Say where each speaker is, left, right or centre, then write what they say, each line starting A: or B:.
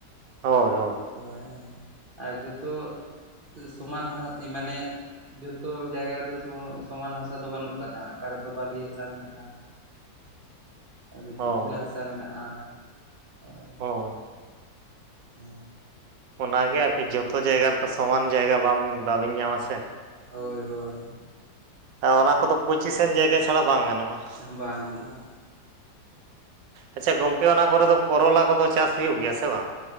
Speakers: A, on the right; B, on the right.
A: ᱦᱟᱭ ᱦᱚᱭ ᱾
B: ᱚᱭ ᱟᱨ ᱡᱚᱛᱚ ᱥᱚᱢᱟᱱ ᱢᱟᱱᱮ ᱡᱷᱚᱛᱚ ᱡᱟᱭᱜᱟ ᱨᱮᱫᱚ ᱥᱚᱢᱟᱱ ᱦᱟᱥᱟ ᱫᱚ ᱵᱟᱹᱱᱩᱜ ᱠᱟᱫᱟ, ᱚᱠᱟ ᱨᱮᱫᱚ ᱵᱟᱹᱞᱤ ᱦᱟᱥᱟ ᱢᱮᱱᱟᱜᱼᱟ ᱾ ᱟᱫᱚ
A: ᱦᱳᱭ
B: ᱪᱤᱜᱞᱞᱟᱹ ᱦᱟᱥᱟ ᱢᱮᱱᱟᱜᱼᱟ‌ ᱚᱭ
A: ᱦᱳᱭ
B: ᱦᱮᱸ
A: ᱚᱱᱟᱜᱮ ᱟᱨᱠᱤ ᱡᱚᱛᱚ ᱡᱟᱭᱜᱟ ᱨᱮᱛᱚ ᱥᱚᱢᱟᱱ ᱡᱟᱭᱜᱟ ᱵᱟᱵᱮᱱ ᱧᱟᱢᱟ ᱥᱮ ᱾
B: ᱦᱳᱭ ᱦᱳᱭ
A: ᱚᱱᱟ ᱠᱚᱫᱚ ᱯᱚᱸᱪᱤᱥᱟᱱ ᱡᱟᱭᱜᱟ ᱪᱷᱟᱲᱟ ᱵᱟᱝ ᱜᱟᱱᱚᱜᱼᱟ ᱾
B: ᱵᱟᱝ ᱵᱟᱝ
A: ᱟᱪᱪᱷᱟ ᱜᱚᱝᱠᱮ ᱚᱱᱟ ᱠᱚᱨᱮ ᱫᱚ ᱠᱚᱨᱚᱞᱟ ᱠᱚᱫᱚ ᱪᱟᱥ ᱦᱩᱭᱩᱜ ᱜᱮᱭᱟ ᱥᱮ ᱵᱟᱝ?